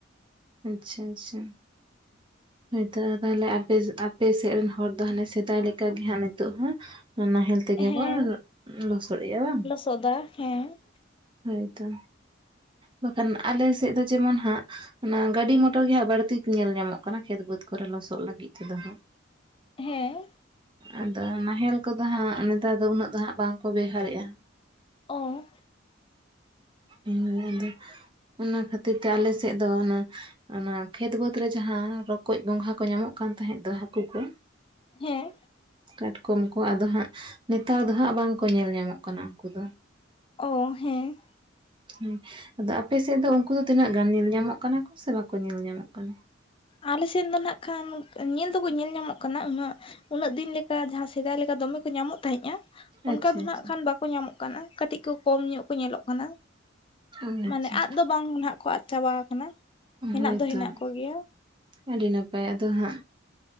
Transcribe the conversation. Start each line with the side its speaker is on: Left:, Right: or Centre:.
Right: ᱟᱪᱪᱷᱟ, ᱟᱪᱪᱷᱟ᱾ ᱦᱳᱭᱛᱚ, ᱛᱟᱦᱚᱞᱮ ᱟᱯᱮ, ᱟᱯᱮ ᱥᱮᱫ ᱨᱮᱱ ᱦᱚᱲ ᱫᱚ ᱦᱟᱱᱮ ᱥᱮᱫᱟᱭ ᱞᱮᱠᱟ ᱜᱮ ᱦᱟᱸᱜ ᱱᱤᱛᱚᱜ ᱦᱚᱸ᱾ ᱱᱟᱦᱮᱞ ᱛᱮᱜᱮ
Left: ᱦᱮᱸ
Right: ᱠᱚ ᱞᱚᱥᱚᱫ ᱮ ᱟ ᱵᱟᱝ᱾
Left: <unintelligible> ᱦᱮᱸ
Right: ᱦᱳᱭᱛᱚ, ᱵᱟᱠᱷᱟᱱ ᱟᱞᱮ ᱥᱮᱫ ᱫᱚ ᱡᱮᱢᱚᱱ ᱦᱟᱸᱜᱼᱼ ᱚᱱᱟ ᱜᱟᱹᱰᱤ ᱢᱚᱴᱚᱨ ᱜᱮ ᱦᱟᱸᱜ ᱵᱟᱹᱲᱛᱤ ᱧᱮᱞ ᱧᱟᱢᱚᱜ ᱠᱟᱱᱟ᱾ ᱠᱷᱮᱛ ᱵᱟᱹᱫᱽ ᱠᱚᱨᱮ ᱞᱚᱥᱚᱜ ᱞᱟᱹᱜᱤᱫ ᱛᱮᱫᱚ ᱦᱟᱸᱜ᱾
Left: ᱦᱮᱸ᱾
Right: ᱟᱫᱚ ᱱᱟᱦᱮᱞ ᱠᱚᱫᱚ ᱦᱟᱸᱜ, ᱱᱮᱛᱟᱨ ᱫᱚ ᱩᱱᱟᱹᱜ ᱫᱚ ᱦᱟᱸᱜ ᱵᱟᱝᱠᱚ ᱵᱮᱣᱦᱟᱨᱮᱜᱼᱟ᱾
Left: ᱚ᱾
Right: ᱦᱩᱸ ᱟᱫᱚ ᱾ ᱚᱱᱟ ᱠᱷᱟᱹᱛᱤᱨ ᱛᱮ ᱟᱞᱮ ᱥᱮᱫ ᱫᱚ ᱚᱱᱟᱼᱼ ᱚᱱᱟ ᱠᱷᱮᱛ ᱵᱟᱹᱫᱽ ᱨᱮ ᱡᱟᱦᱟᱸ ᱾ ᱨᱚᱠᱚᱡ ᱜᱚᱝᱜᱷᱟ ᱠᱚ ᱧᱟᱢᱚᱜ ᱠᱟᱱ ᱛᱟᱦᱮᱸᱫ ᱫᱚ, ᱦᱟᱹᱠᱩ ᱠᱚ᱾
Left: ᱦᱮᱸ
Right: ᱠᱟᱴᱠᱚᱢ ᱠᱚ ᱾ ᱠᱚ ᱟᱫᱚ ᱦᱟᱸᱜ᱾ ᱱᱮᱛᱟᱨ ᱫᱚ ᱦᱟᱸᱜ ᱵᱟᱝᱠᱚ ᱧᱮᱞ ᱧᱟᱢᱚᱜ ᱠᱟᱱᱟ ᱩᱱᱠᱩ ᱫᱚ᱾
Left: ᱚ ᱦᱮᱸ᱾
Right: ᱦᱮᱸ, ᱟᱫᱚ ᱟᱯᱮ ᱥᱮᱫ ᱫᱚ ᱩᱱᱠᱩ ᱫᱚ ᱛᱤᱱᱟᱹᱜ ᱜᱟᱱ? ᱧᱮᱞ ᱧᱟᱢᱚᱜ ᱠᱟᱱᱟ ᱠᱚ ᱥᱮ ᱵᱟᱠᱚ ᱧᱮᱞ ᱧᱟᱢᱚᱜ ᱠᱟᱱᱟ᱾
Left: ᱟᱞᱮ ᱥᱮᱫ ᱫᱚ ᱱᱟᱜ ᱠᱷᱟᱱ ᱧᱮᱞ ᱫᱚᱠᱚ ᱧᱮᱞ ᱧᱟᱢᱚᱜ ᱠᱟᱱᱟ᱾ ᱩᱱᱟᱹᱜᱼᱼ ᱩᱱᱟᱹᱜ ᱫᱤᱱ ᱞᱮᱠᱟ ᱡᱟᱦᱟᱸ ᱥᱮᱫᱟᱭ ᱞᱮᱠᱟ ᱫᱚᱢᱮ ᱠᱚ ᱧᱟᱢᱚᱜ ᱛᱟᱦᱮᱸᱫᱼᱟ᱾ ᱚᱱᱠᱟ
Right: ᱟᱪᱪᱷᱟ
Left: ᱫᱚ
Right: ᱟᱪᱪᱷᱟ
Left: ᱱᱟᱜ ᱠᱷᱟᱱ ᱵᱟᱠᱚ ᱧᱟᱢᱚᱜ ᱠᱟᱱᱟ ᱾ᱠᱟᱹᱴᱤᱡ ᱠᱚ ᱠᱚᱢ ᱧᱚᱜ ᱠᱚ ᱧᱮᱞᱚᱜ ᱠᱟᱱᱟ᱾
Right: ᱟᱪᱪᱷᱟ
Left: ᱢᱟᱱᱮ ᱟᱫ ᱫᱚ ᱵᱟᱝ ᱱᱟᱦᱟᱜ ᱠᱚ ᱟᱫ ᱪᱟᱵᱟ ᱠᱟᱱᱟ ᱾ ᱦᱮᱱᱟᱜ
Right: ᱦᱳᱭᱛᱚ
Left: ᱫᱚ ᱦᱮᱱᱟᱜ ᱠᱚ ᱜᱮᱭᱟ᱾
Right: ᱟᱹᱰᱤ ᱱᱟᱯᱟᱭ ᱟᱫᱚ ᱦᱟᱸᱜᱼᱼ